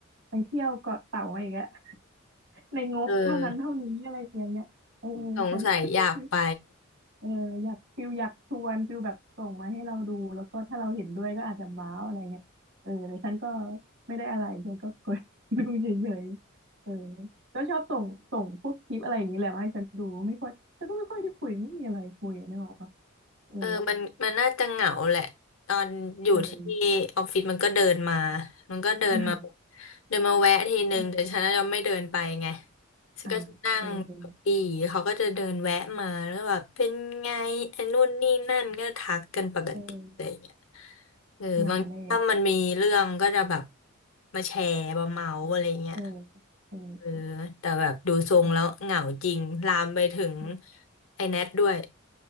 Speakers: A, on the right (about 65°); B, on the left (about 75°).
A: ไปเที่ยวเกาะเต่ามาอีกแล้วในงบเท่านั้นเท่านี้อะไรอย่างเงี้ยเออฉัน
B: เออสงสัยอยากไป
A: <laughs> เอออยากฟิลอยากชวนฟิลแบบส่งมาให้เราดูแล้วก็ถ้าเราเห็นด้วยก็อาจจะว้าวอะไรเงี้ยเออแต่ฉันก็ไม่ได้อะไรฉันก็กด <laughs> ดูเฉยๆเออก็ชอบส่งส่งพวกคลิปอะไรอย่างนี้แหละมาให้ฉันดูไม่ค่อยฉันก็ไม่ค่อยได้คุยไม่มีอะไรคุยอะนึกออกปะเออ
B: เออมันมันน่าจะเหงาแหละ ตอนอยู่ที่
A: เออ
B: ออฟฟิศมันก็เดินมามันก็เดินมาแบบ
A: <laughs>
B: เดินมาแวะทีนึงแต่ฉันจะไม่เดินไปไง
A: เออ
B: ฉันก็จะนั่งเก้าอีเขาก็จะเดินแวะมาแล้วแบบเป็นไงไอ้นู่นนี่นั่นก็ทักกันปกติอะไรอย่างเงี้ย
A: อ่าเออเออเออ
B: เออบางทีถ้ามันมีเรื่องก็จะแบบ
A: เหงาเลย
B: มาแชร์มาเมาอะไรเงี้ย
A: เออเออ
B: เออแต่แบบดูทรงแล้วเหงาจริงลามไปถึง
A: เหงาแหละ
B: ไอ้แนทด้วย